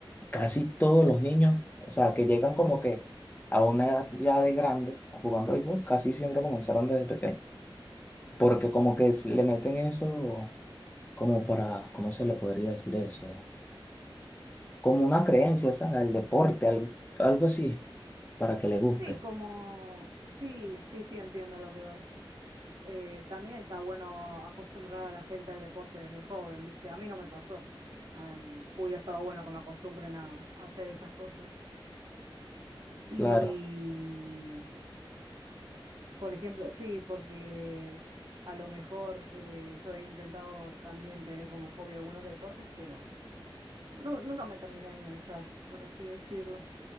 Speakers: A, on the left; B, on the right.
A: casi todos los niños, o sea, que llegan como que a una edad ya de grande a jugando béisbol, casi siempre comenzaron desde pequeño, porque como que s- le meten eso como para, ¿cómo se le podría decir eso? Como una creencia, ¿sabes? Al deporte, al- algo así, para que le guste.
B: sí, como... Sí, sí, sí, entiendo lo que vas. eh, también está bueno acostumbrar a la gente al deporte desde joven, ¿viste? A mí no me pasó. Em, hubiera estado bueno que me acostumbren a, a hacer esas cosas. Y,
A: Claro.
B: mm, por ejemplo, sí, porque a lo mejor eh, yo he intentado también tener como hobby algunos deportes, pero nu- nunca me terminé de enganchar, por así decirlo.